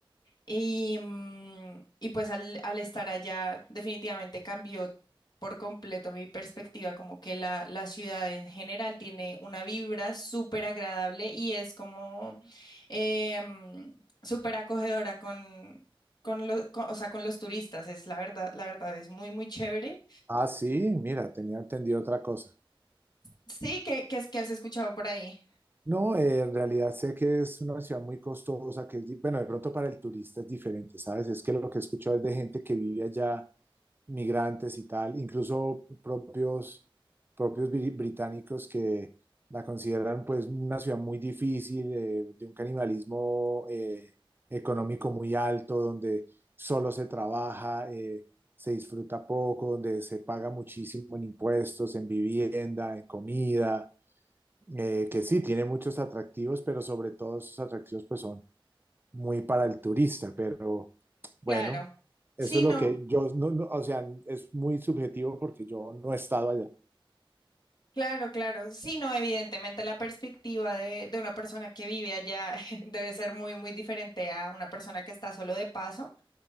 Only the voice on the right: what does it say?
Ah, sí, mira, tenía entendido otra cosa.
No, eh, en realidad sé que es una ciudad muy costosa, que es, di- bueno, de pronto para el turista es diferente, ¿sabes? Es que lo que he escuchado es de gente que vive allá, migrantes y tal, incluso propios, propios bri- británicos que la consideran pues una ciudad muy difícil, eh, de un canibalismo eh, económico muy alto, donde solo se trabaja, eh, se disfruta poco, donde se paga muchísimo en impuestos, en vivienda, en comida eh, que sí, tiene muchos atractivos, pero sobre todo esos atractivos pues son muy para el turista, pero bueno,
eso
es
lo que yo, no, no, o sea, es muy subjetivo porque yo no he estado allá.